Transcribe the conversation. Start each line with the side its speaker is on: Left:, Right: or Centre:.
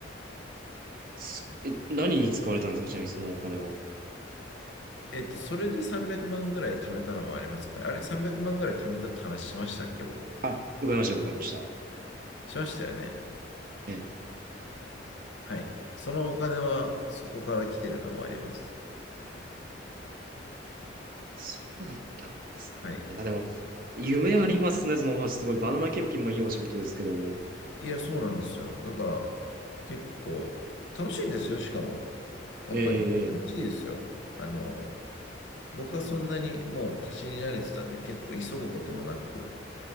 Right: すごえ、何に使われたんですかちなみにそのお金は。
Left: えっと、それで300万ぐらい貯めたのもありますかね。あれ、300万ぐらい貯めたって話しましたっけ、僕。
Right: あ、伺いました、伺いました。
Left: しましたよね。
Right: え、
Left: はい。そのお金はそこから来てるのもあります。
Right: そうだったんですね。
Left: はい。
Right: いや、でも、夢ありますね、そのお話。すごい。バナナ検品もいいお仕事ですけども。
Left: いや、そうなんですよ。だから、結構、楽しいんですよ、しかも。やっぱり、
Right: えええ
Left: 楽しいですよ。あの、僕はそんなにもう走り慣れてたんで、結構急ぐこともなく、